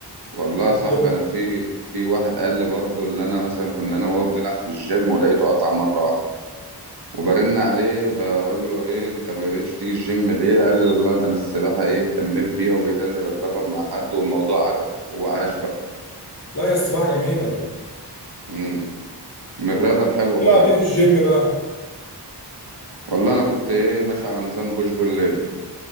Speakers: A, on the right; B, on the left.
A: والله
B: هت-
A: يا صاحبي انا في في واحد قال لي برضه اللي انا مثلا كنا انا وهو بنلعب في الجيم ولقيته قطع مره واحده وبرن عليه بقول له ايه انت ما بقتش تيجي الجيم ليه قال لي والله ده انا السباحه ايه اهتميت بيها وبقيت انزل اتدرب مع حد والموضوع عجبه وعاش بقى
B: لا يا السباحة جميلة
A: امم من الرياضه الحلوه
B: تلعب
A: فعلا
B: ايه في الجيم بقى؟
A: والله انا كنت ايه ماشي على نظام بوش بول ليج